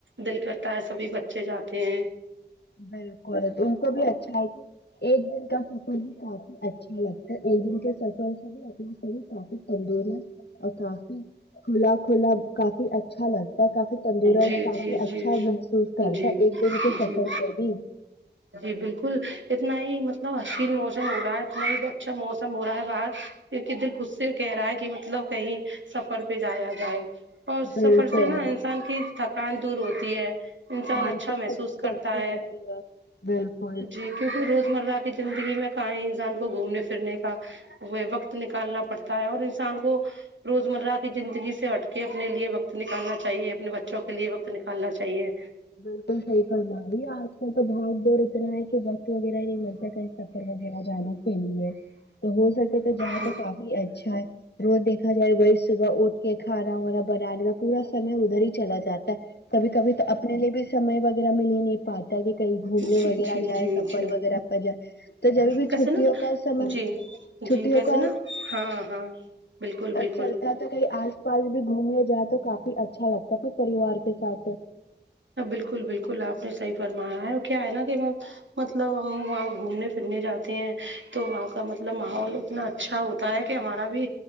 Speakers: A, on the right; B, on the left.
A: دل کرتا ہے سبھی بچے جاتے ہیں
B: بالکل ان کو بھی اچھا ہے کہ ایک دن کا سفر بھی کافی اچھ اچھا لگتا ہے ایک دن کے سفر سے بھی اپنا شریر کافی تندست اور کافی کھلا کھلا کافی اچھا لگتا ہے کافی تندرست
A: جی
B: کافی
A: جی
B: اچھا
A: جی
B: محسوس کرتا
A: جی
B: ہے ایک دن کے سفر
A: جی
B: ہوں
A: جی بالکل اتنا ہی مطلب حسین موسم ہو رہا ہے اتنا ہی اچھا موسم ہو رہا ہے باہر کی دل خود سے کہہ رہا ہے کہ مطلب کہیں سفر پہ جایا جائے اور سفر
B: بالکل
A: سے نا انسان کی تھکان دور ہوتی ہے انسان
B: مانسک
A: اچھا محسوس
B: ستی بھی
A: کرتا
B: اچھی
A: ہے
B: رہتی بالکل
A: جی کیونکہ روز مرہ کی زندگی میں کہاں ہی انسان کو گھومنے پھرنے کا وقت نکالنا پڑتا ہے اور انسان کو روزمرہ کی زندگی سے ہٹ کے اپنے لیے وقت نکالنا چاہیے اپنے بچوں کے لیے وقت نکالنا چاہیے
B: بالکل صحیح فرما رہی آج کل تو بھاگ دوڑ طح ہے کہ وقت وغیرہ نہیں لگتا کہ سفر وغیرہ جانے کے لیے تو ہو سک تو تو جاہا
A: جی
B: تو کافی اچھا ہے روز دیکھا جائے وہی صبح اٹھ کے کھانا وانا بنانے کا پورا سمے ادھر ہی چلا جاتا کبھی کبھی تو اپنے لیے بھی سمے وغیرہ مل ہی نہیں پات کل بھی کہیں گھومنے
A: جی
B: وغیرہ
A: جی
B: جائے سفر
A: جی جی
B: وغیرہ پر جائے تو جب بھی
A: کیسے
B: چھٹیوں
A: نا
B: کا سمے
A: جی
B: چھٹیوں
A: جی ویسے
B: کا
A: نا ہاں ہاں بالکل بالکل
B: چلتا تو کہئی آج پس بھی گھومنے جائے تو کافی اچھا لگتا ہے پھر پریوار کے ساتھ
A: ہ بالکل بالکل آپ نے صحیح فرمایا ہے کیا ہے نا کہ میں مطلب ہم وہاں گھومنے پھرنے جاتے ہیں تو وہاں کا مطلب ماحول اتنا اچھا ہوت ہوتا ہے کہ ہمارا بھی